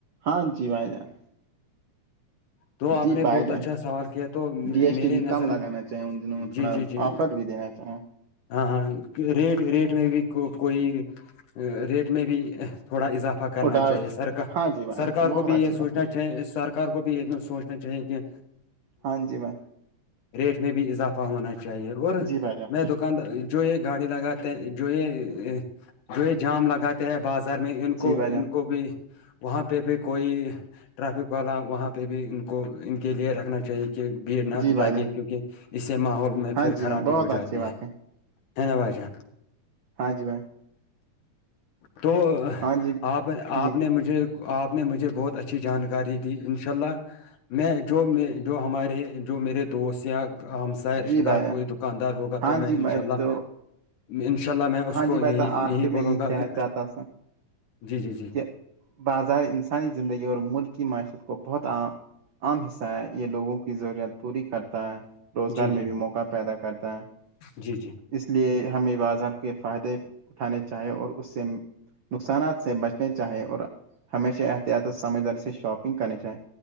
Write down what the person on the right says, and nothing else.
ہاں جی بھائی جان
جی
بھائی
جان
ڈی ایس ٹی بھی
کم لگانا چاہیں ان دنوں میں
تھوڑا
آفر بھی دینا ہاں
اٹا
ہاں جی بھائی
بہت
اچھی
بات
ہے
ہاں جی بھائی
جی بھائی جان
جی
بھائی جان
جی بھائی
جان
ہاں
جی
میم بہت
اچھی
بات
ہاں جی بھائی
ہاں جی
جی
جی بھائی
جان
ہاں
جی
تو
ہاں
جی بھائی
تو آخر
میں
کہنا
چاہتا تھا
کہ بازار انسانی زندگی اور ملک کی معیشت کو بہتع عام حصہ ہے یہ لوگوں کی ضرورت پوری کرتا ہے روزگار
میں بھی موقع پیدا کرتا ہے
اس لیے ہمیں بازار کے فائدے اٹھانے چاہیے اور اس سے نقصانات سے بچ چاہیں اور ہمیشہ احتیاط اور سمجھداری سے شاپنگ کرنی چاہیں